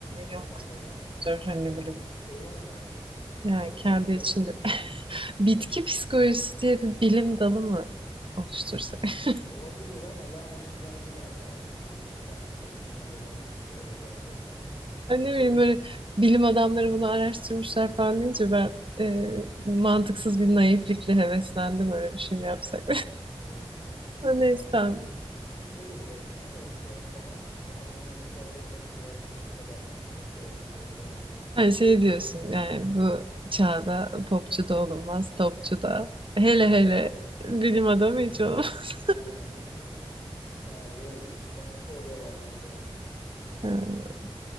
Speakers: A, on the left; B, on the right.
A: Olmasa
B: yoktur.
A: da kendine
B: Hani böyle
A: ait bir şey var yani.
B: yani
A: O da
B: kendi
A: kendi çapında.
B: içinde. <laughs>
A: Evet.
B: Bitki
A: <laughs>
B: psikolojisi diye bir bilim dalı mı oluştursak? <laughs>
A: Olabilir ama yani biz daha şeyi aşamadık ki. insan psikolojisini halledemedik ki oraya gelsek yani. <laughs>
B: Yani ne
A: Değil
B: bileyim
A: mi?
B: böyle bilim adamları bunu araştırmışlar falan deyince ben e,
A: Aha.
B: mantıksız bir naiflikle heveslendim öyle bir şey mi yapsak?
A: Evet.
B: <laughs> Neyse
A: Aslında
B: tamam.
A: güzel güzel olur aslında da işte daha daha önemli işler varken biraz onlara da <laughs> vakit ayırmak gerekebilir.
B: Yani şey diyorsun yani bu çağda popçu da olunmaz, topçu da. Hele
A: Evet
B: hele
A: evet.
B: bilim adamı hiç olmaz. <laughs>
A: Aynen. <laughs> Yani biraz iş sonuçta oraya vardı gibi oldu yani.
B: Ee,